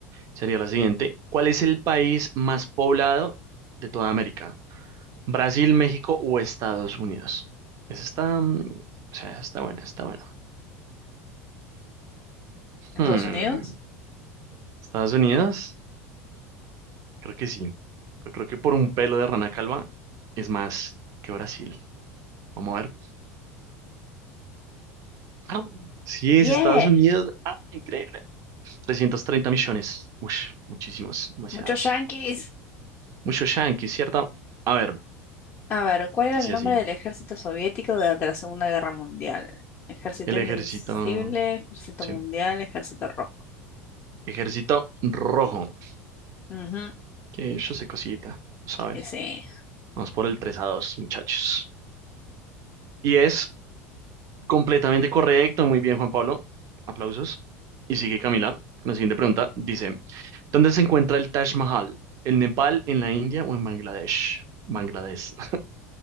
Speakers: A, on the right (about 45°); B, on the left (about 30°).
A: Sería la siguiente. ¿Cuál es el país más poblado de toda América? ¿Brasil, México o Estados Unidos? Esa está, mm, o sea, esa está buena, está buena.
B: ¿Estados
A: Hmm,
B: Unidos?
A: ¿Estados Unidos? Creo que sí. Pero creo que por un pelo de rana calva es más que Brasil. Vamos a ver. ¡Ah! Sí,
B: Yeah.
A: es Estados Unidos. ¡Ah, increíble! trescientos treinta millones. Ush, muchísimos, demasiados.
B: Muchos yanquis.
A: Mucho yankee, ¿cierto? A ver,
B: A ver, ¿cuál era
A: dice
B: el nombre
A: así.
B: del ejército soviético durante la Segunda Guerra Mundial? Ejército
A: El
B: Invencible,
A: ejército.
B: Ejército
A: Sí.
B: Mundial, Ejército Rojo.
A: Ejército rojo.
B: Ujú,
A: Que yo sé cosita, lo saben.
B: ese,
A: Vamos por el 3 a 2, muchachos. Y es completamente correcto. Muy bien, Juan Pablo. Aplausos. Y sigue Camila. La siguiente pregunta dice: ¿Dónde se encuentra el Taj Mahal? ¿En Nepal, en la India o en Bangladesh? Bangladesh. <laughs>